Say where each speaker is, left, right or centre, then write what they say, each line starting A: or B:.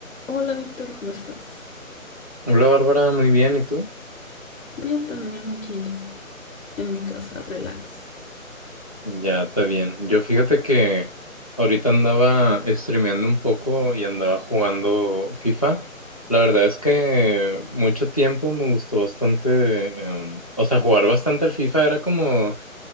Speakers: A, on the left; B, on the left.
A: Hola Víctor, ¿cómo estás?
B: Hola Bárbara, muy bien, ¿y tú?
A: Bien, también aquí en mi casa, relax.
B: Ya, está bien. Yo fíjate que ahorita andaba streameando un poco y andaba jugando FIFA. La verdad es que mucho tiempo me gustó bastante, em, o sea, jugar bastante al FIFA era como